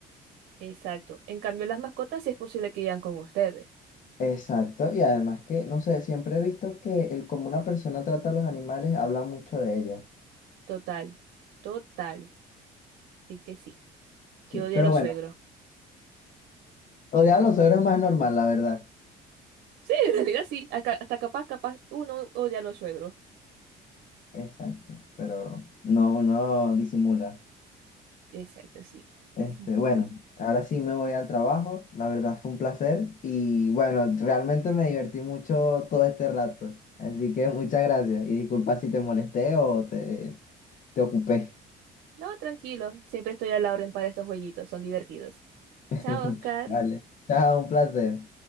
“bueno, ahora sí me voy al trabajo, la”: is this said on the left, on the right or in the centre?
Left